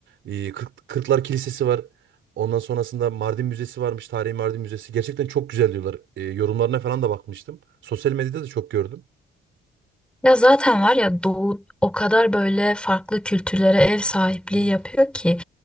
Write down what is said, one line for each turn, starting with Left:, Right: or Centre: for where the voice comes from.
Right: Ee, Kırk- Kırklar Kilisesi var. Ondan sonrasında Mardin Müzesi varmış. Tarihi Mardin Müzesi. Gerçekten çok güzel diyorlar. Ee, yorumlarına falan da bakmıştım. Sosyal medyada da çok gördüm.
Centre: Ya zaten var ya Doğu o kadar böyle farklı kültürlere ev sahipliği
Right: Evet.
Centre: yapıyor ki